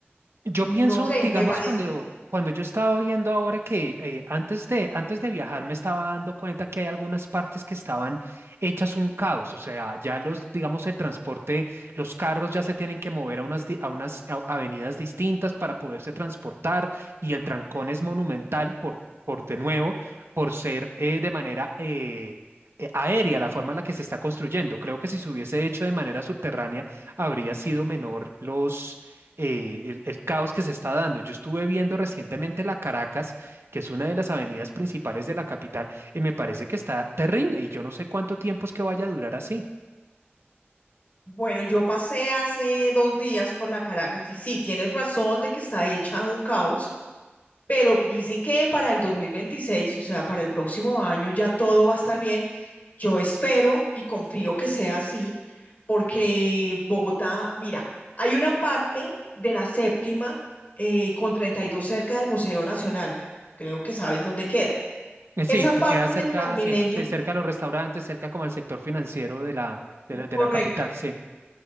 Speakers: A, on the right; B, on the left.
A: Yo
B: No
A: pienso,
B: sé,
A: digamos,
B: me parece.
A: cuando, cuando yo estaba viendo ahora que eh, antes de, antes de viajar me estaba dando cuenta que hay algunas partes que estaban hechas un caos, o sea, ya los, digamos, el transporte, los carros ya se tienen que mover a unas, di- a unas a- avenidas distintas para poderse transportar y el trancón es monumental por, por de nuevo, por ser eh, de manera eh, eh, aérea la forma en la que se está construyendo. Creo que si se hubiese hecho de manera subterránea, habría sido menor los eh, el, el caos que se está dando. Yo estuve viendo recientemente la Caracas, que es una de las avenidas principales de la capital, y me parece que está terrible y yo no sé cuánto tiempo es que vaya a durar así.
B: Bueno, yo pasé hace dos días por la Caracas y sí, tienes razón de que está hecha un caos, pero dicen que para el 2026, o sea, para el próximo año ya todo va a estar bien. Yo espero y confío que sea así, porque Bogotá, mira, hay una parte de la séptima eh, con 32 cerca del Museo Nacional, creo que sabes dónde queda.
A: Eh, Sí,
B: Esa parte
A: que queda cerca,
B: del Transmilenio,
A: sí, sí, cerca de los restaurantes, cerca como el sector financiero de la, de la, de
B: correcto,
A: la capital, sí.